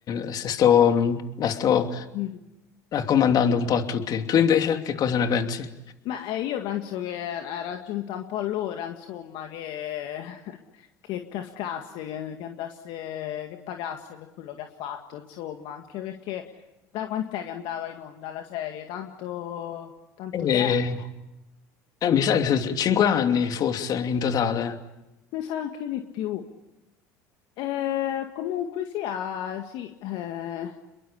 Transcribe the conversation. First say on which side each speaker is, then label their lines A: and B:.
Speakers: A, on the left; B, on the left.
A: e se sto, la sto
B: Mhm.
A: raccomandando un po' a tutti. Tu invece che cosa ne pensi?
B: Beh, io penso che era giunta un po' l'ora, insomma, che, <laughs> che cascasse, che, che andasse, che pagasse per quello che ha fatto, insomma, anche perché da quant'è che andava in onda la serie? Tanto, tanto
A: Eh,
B: tempo,
A: eh, mi sa che sono c- cinque anni forse in totale.
B: mi sa anche di più. E comunque sia, sì, eh,